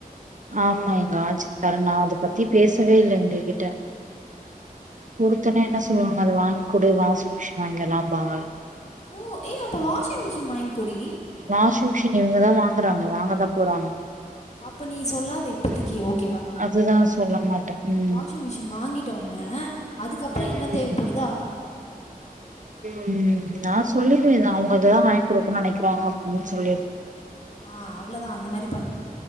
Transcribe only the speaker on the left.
ஓ ஏ அப்போ வாஷிங் மிஷின் வாங்கிக்கோடி
அப்போ நீ சொல்லாத இப்பத்தக்கி ஓகேவா
வாஷிங் மிஷின் வாங்கிட்ட உட்னே அதுக்கப்புறோ
என்ன தேவப்படுதோ அத வா ங்கோ அவ்ள தா
ஆ அவ்ளோதா அந்த மாரி பண்ணிடு